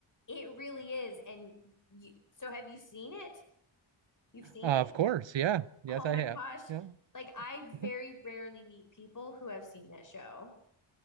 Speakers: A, on the left; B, on the right.
A: It really is. And you, so have you seen it? You've seen
B: Uh,
A: it?
B: of course. Yeah. Yes,
A: Oh
B: I
A: my
B: have.
A: gosh.
B: Yeah.
A: Like I very
B: <laughs>
A: rarely meet people who have seen that show.